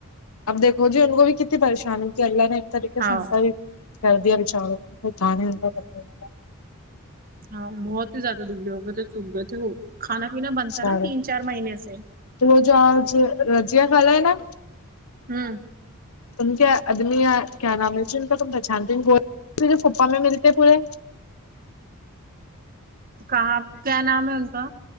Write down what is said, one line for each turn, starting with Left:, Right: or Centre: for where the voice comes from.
Left: اب دیکھو جی ان کو بھی کتنی پریشان ہو کی اللہ نے ایک طریق
Right: ہاں
Left: سےنتر بھی کر دیا بچاروں کو جان <unintelligible> نہیں کرنے والا
Right: ہاں بہت ہی زیادہ دبلے ہو گئے تھے سوکھ گئے تھے وہ کھانا پینا
Left: بچارے
Right: بند کرا تین چار مہینے سے
Left: تو رو جو آج رجیا خالہ ہے نا
Right: ہوں
Left: ان کے آدمی کیا نام ہے جو ان کا تم پہچانتے پھپھا میں ملتے پورے
Right: کہا کیا نام ہے ان کا